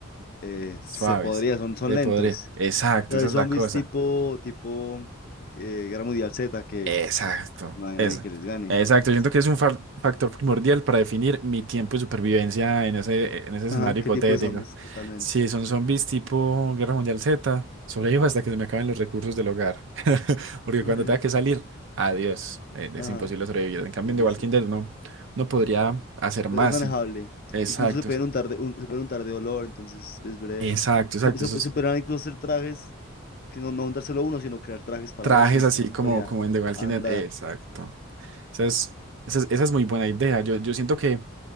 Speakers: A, on the left (about 45°); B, on the right (about 55°).
A: eh, se
B: suaves,
A: podría, son, son
B: te
A: lentos.
B: podría, exacto,
A: Pero
B: esa
A: hay
B: es
A: zombies
B: la cosa.
A: tipo, tipo eh, Guerra Mundial Z que
B: Exacto.
A: No hay
B: Eso.
A: nadie que les gane.
B: Exacto.
A: Es-
B: Yo Siento que es un fa- factor primordial para definir mi tiempo de supervivencia en ese, en ese escenario
A: Ajá,
B: hipotético.
A: ¿qué tipo de zombies? Totalmente.
B: Si son zombies tipo Guerra Mundial Z, sobrevivo hasta que se me acaben los recursos del hogar. <laughs> Porque
A: <laughs>
B: cuando tenga que salir, adiós. Eh, Es
A: Ajá,
B: imposible sobrevivir. En cambio,
A: sí,
B: en
A: sí,
B: The Walking
A: sí.
B: Dead uno, uno podría hacer más.
A: Pero es manejable.
B: Y... Exacto.
A: Incluso se pueden untar de, un- se pueden untar de olor, entonces es breve.
B: Exacto, exacto.
A: Se, se,
B: Esos
A: se podrían incluso hacer trajes, que no, no untárselo uno, sino crear trajes para
B: trajes
A: eso y después
B: así
A: uno
B: como,
A: podía
B: como en The Walking
A: andar.
B: Dead. Exacto. Esa es, esa es, esa es muy buena idea. Yo, yo siento que